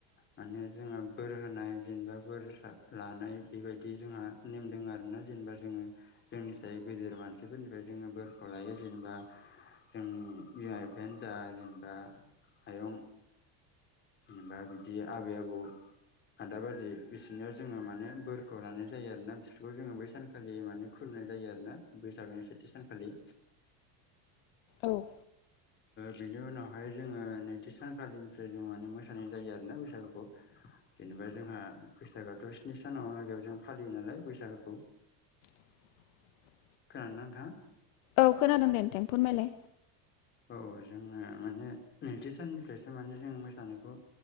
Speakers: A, on the left; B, on the left.
A: माने जोंहा बोर होनाय जेनेबा बोर लानाय बेबायदि जोंहा नेम दङ आरोना जेनेबा जोङो जोंनि साय गेदेर मानसिफोरनिफ्राय जोङो बोरखौ लायो जेनेबा। जोंनि बिमा बिफायानो जा जेनेबा आयं। जेनेबा बिदि आबै आबौ आदा बाजि बिसोरनाव जोङो माने बोरखौ लानाय जायो आरोना बिसोरखौ जोङो बै सानखालि माने खुलुमनाय जायो आरोना बैसागोनि सेथि सानखालि। खालि।
B: औ
A: बिनि उनावहाय जोङो नैथि सानखालिनिफ्राय जों माने मोसानाय जायो आरोना बैसागुखौ जेनेबा जोंहा बैसागोआथ' स्नि सान आयदायाव जों फालियो नालाय बैसागोखौ।
B: <inaudible>
A: खोनादोंना नोंथां?
B: औ खोनादों नोंथां दे फोरमायलाय।
A: औ जोङो माने नैथि साननिफ्रायसो माने जों मोसानायखौ